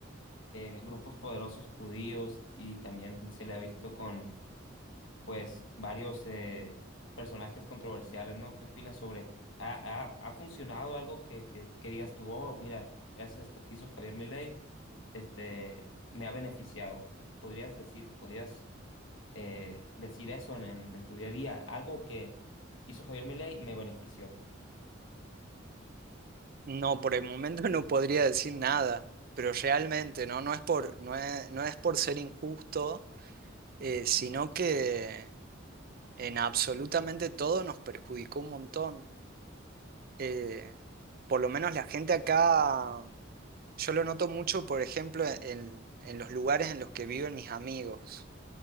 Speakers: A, on the left; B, on the right.
A: eh, grupos poderosos judíos y también se le ha visto con, pues, varios eh, personajes controversiales, ¿no? ¿Qué opinas sobre? ¿Ha, ha, ha funcionado algo que, que, que digas tú, oh, mira, gracias a esto que hizo Javier Milei, este, me ha beneficiado? ¿Podrías decir, podrías eh, decir eso en, en- en tu día a día. Algo que hizo Javier Milei me benefició.
B: No, por el momento <laughs> no podría decir nada, pero realmente no, no es por, no es, no es por ser injusto, eh, sino que en absolutamente todo nos perjudicó un montón. Eh, por lo menos la gente acá, yo lo noto mucho, por ejemplo, en, en los lugares en los que viven mis amigos.